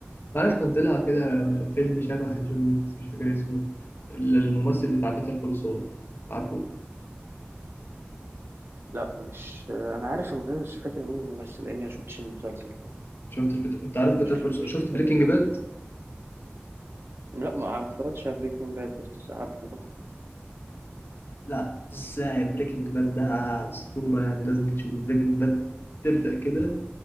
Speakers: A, on the left (about 60°); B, on the right (about 65°).
A: تعرف كان طلع كده فيلم شبه جون ويك بس مش فاكر اسمه للممثل بتاع بيتر كول سول عارفه
B: لا مش آه، انا عارف المسلسل مش فاكر مين الممثل لاني ما شفتش المسلسل
A: شفتش بت... انت عارف
B: فمش
A: بيتر كول سول
B: مش
A: شفت
B: متذكر
A: بريكنج باد
B: لا ما اتفرجتش على بريكنج باد بس عارفه برضه
A: لا ازاي بريكنج باد ده اسطورة يعني لازم تشوف بريكنج باد تبدأ كده